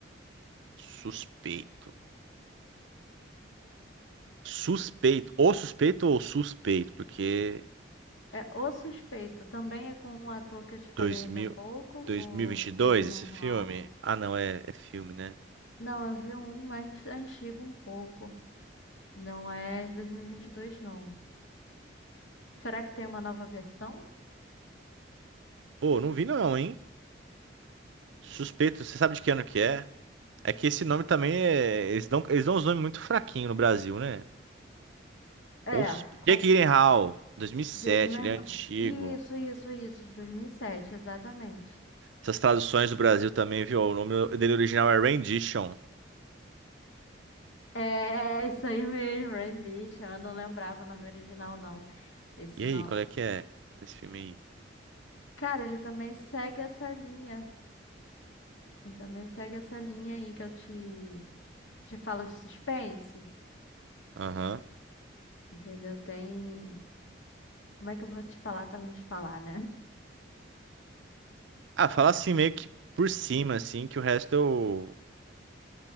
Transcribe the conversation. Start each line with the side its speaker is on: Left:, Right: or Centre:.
Right: Suspeito. Suspeito. Ou suspeito ou suspeito, porque
Left: É O Suspeito. Também é com um ator que eu te falei
Right: 2000,
Left: ainda há pouco,
Right: 2022,
Left: o Jake Gyllenhaal.
Right: esse filme. Ah, não, é, é filme, né?
Left: Não, eu vi um mais antigo um pouco. Não é de 2022, não. Será que tem uma nova versão?
Right: Pô, não vi não, hein? Suspeito, você sabe de que ano que é? É que esse nome também é. Eles dão, eles dão uns nomes muito fraquinhos no Brasil, né?
Left: É,
Right: Osso-
Left: com
Right: Jake Gyllenhaal, 2007,
Left: Jake Gyllenhaal.
Right: ele é antigo.
Left: Isso, isso, isso, de 2007, exatamente.
Right: Essas traduções do Brasil também, viu? O nome dele original é Rendition.
Left: É, é isso aí mesmo, Rendition. Eu não lembrava o nome original, não. Esse
Right: E
Left: não.
Right: aí, qual é que é esse filme aí?
Left: Cara, ele também segue essa linha. Ele também segue essa linha aí que eu te, te falo de suspense.
Right: Aham.
Left: Entendeu? Tem. Como é que eu vou te falar pra não te falar, né?
Right: Ah, fala assim meio que por cima, assim, que o resto eu.